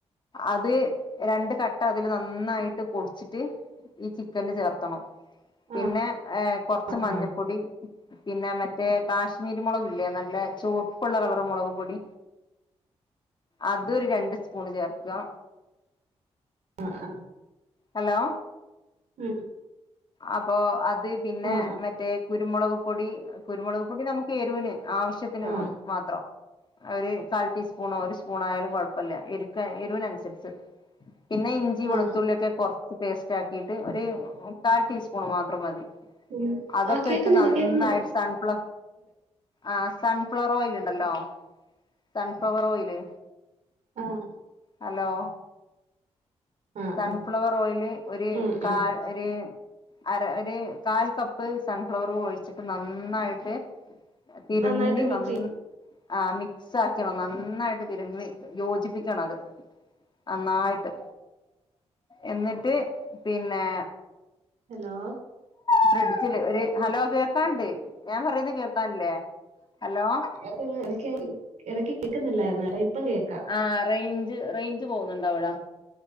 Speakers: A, on the left; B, on the right.
A: അത് രണ്ട് കട്ടാക്കും ഇതില് നന്നായിട്ട് പൊട്ച്ചിട്ട് ഈ ചിക്കൻല് ചേർത്തണം പിന്നെ
B: ആഹ്
A: കൊറച്ച്
B: ആഹ്
A: മഞ്ഞപ്പൊടി പിന്നെ മറ്റേ കാശ്മീരി മുളക് ഇല്ലേ നല്ല ചുവപ്പുള്ള കളർ മുളക് പൊടി അതൊര് രണ്ട് സ്പൂൺ ചേർക്കാ
B: ആഹ് ആഹ്
A: ഹലോ
B: ഉം
A: അപ്പൊ അത് പിന്നെ
B: ആഹ് ആഹ്
A: മറ്റേ കുരുമുളക് പൊടി കുരുമുളക് പൊടി നമു എരൂന് ആവശ്യത്തിന്
B: ആ.
A: മാത്രം ഒരു കാൽ ടീസ്പൂണോ ഒരു സ്പൂണോ ആയാലും കൊഴപ്പല്ല എരുക്ക് എരൂനൻസര്ച്ച് പിന്നെ ഇ ഇഞ്ചി വെളുത്തുള്ളി
B: ആ.
A: ഒക്കെ കൊറച്ച് പേസ്റ്റാക്കീട്ട് ഒരു മുക്കാൽ ടീസ്പൂണ് മാത്രം മതി
B: ഉം.
A: അതൊക്കെ
B: ആ കേക്കുന്നുണ്ട്,
A: ഇട്ട് നന്നായിട്ട്
B: കേക്കുന്നുണ്ട്.
A: സൻഫ്ല ആഹ് സൺഫ്ലവറോയ്ല്ണ്ടല്ലോ സൺഫ്ലവർ ഓയില്
B: ആഹ്
A: ഹലോ
B: ആ,
A: സൺഫ്ലവർ
B: ആ.
A: ഓയില് ഒര്
B: ഉം,
A: കാൽ
B: ഉം.
A: ഒര് അര ഒര് കാൽ കപ്പ് സൺഫ്ലവറും ഒഴിച്ചിട്ട് നന്നായിട്ട് തിരുമ്മി
B: നന്നായിട്ട് മിക്സ്
A: ന
B: ചെയ്യും.
A: ആഹ് മിക്സ് ആക്കണം നന്നായിട്ട് തിരുമ്മി യോജിപ്പിക്കണം അത് നന്നായിട്ട് എന്നിട്ട് പിന്നെ
B: ഹലോ
A: ഫ്രിഡ്ജില് ഒരു ഹലോ കേക്കാണ്ട് ഞാൻ പറയുന്ന കേക്കാല്ലേ ഹലോ
B: എടക്ക് അങ്ങ് എടക്ക് എടക്ക് കേൾക്കുന്നില്ലായിരുന്ന് ഇപ്പം കേക്കം
A: ആഹ് റൈഞ്ച് റൈഞ്ച് പോകുന്നുണ്ടവട